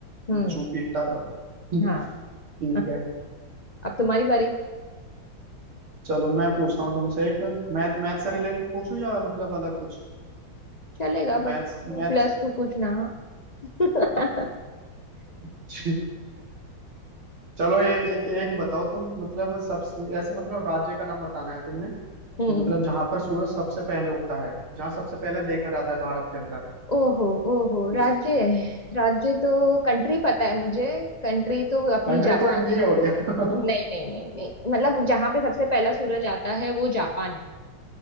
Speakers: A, on the left (about 25°); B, on the right (about 80°).
A: हम्म
B: जुपिटर <laughs>
A: हाँ
B: ठीक
A: <laughs>
B: है
A: अब तुम्हारी बारी
B: चलो मैं पूछता हूँ तुमसे एक मैथ मैथ से रिलेटेड पूछूं या मतलब अलग कुछ
A: चलेगा बट
B: Math math
A: प्लस टू पूछना हाँ <laughs>
B: <laughs> चलो ए, ए, एक बताओ तुम मतलब सबसे ऐसे मतलब राज्य का नाम बताना है तुमने
A: हम्म
B: मतलब जहां पर सूरज सबसे पहले उगता है जहां सबसे पहले देखा जाता है भारत के अंदर
A: ओहो ओहो
B: उस
A: राज्य राज्य तो कंट्री पता है मुझे कंट्री तो अपनी
B: कंट्री
A: जापान
B: तो इंडिया
A: है
B: ही हो गया
A: नहीं नहीं नहीं नहीं मतलब जहां पे सबसे पहला सूरज आता है वो जापान है